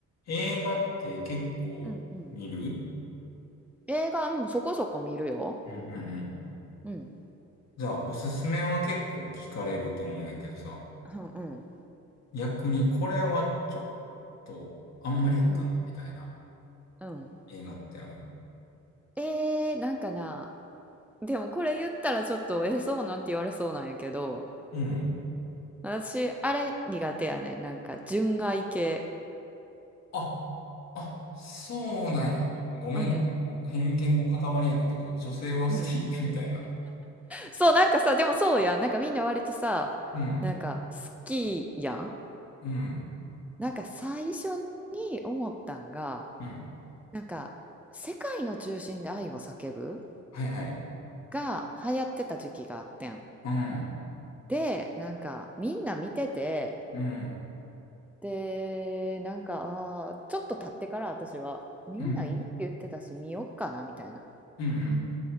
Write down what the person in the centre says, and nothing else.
うんうん。映画、うん、そこそこ見るよ。
うん。
うんうん。
うん。
うん。
えー、なんかな、でもこれ言ったらちょっと、え、そうなんて言われそうなんやけど、
私、あれ苦手やねん。なんか、純愛系。
うん。
うん。
そう、なんかさ、でもそうやん。なんかみんな割とさ、
なんか、好きやん。
なんか最初に思ったんが、
なんか、世界の中心で愛を叫ぶ
が流行ってた時期があってん。
で、なんかみんな見てて、
で、なんか、あーちょっと経ってから私は、みんないいって言ってたし、
見よっかな、みたいな。